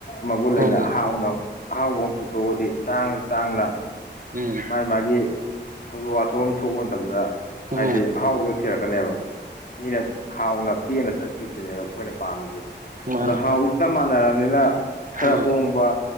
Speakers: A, on the left; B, on the right.
A: ꯃꯒꯨꯟ
B: ꯎꯝ
A: ꯂꯩꯅ
B: ꯎꯝ
A: ꯍꯥꯎꯅ ꯑꯍꯥꯎꯕ ꯑꯃ ꯄꯨꯊꯣꯛꯑꯗꯤ ꯇꯥꯡꯉꯁꯨ ꯇꯥꯡꯅ
B: ꯎꯝ
A: ꯃꯥ ꯃꯥꯒꯤ ꯊꯧꯗꯣꯛ ꯋꯥꯊꯣꯛ ꯑꯃ ꯊꯣꯛꯄ ꯃꯇꯝꯗ
B: ꯎꯝ
A: ꯍꯥꯏꯗꯤ ꯑꯍꯥꯎꯕꯗ ꯊꯤꯔꯛꯀꯅꯦꯕ ꯃꯤꯅ ꯍꯥꯎꯅ ꯄꯦꯅ ꯆꯠꯈꯤꯕꯗꯨꯅꯦꯕ ꯑꯩꯈꯣꯏꯅ ꯄꯥꯝꯃꯤꯁꯦ
B: ꯃꯥꯅꯦ
A: ꯑꯗꯣ ꯍꯥꯎꯏ ꯆꯞ ꯃꯥꯟꯅꯔꯕꯅꯤꯅ ꯈꯔ
B: ꯎꯝ
A: ꯍꯣꯡꯕ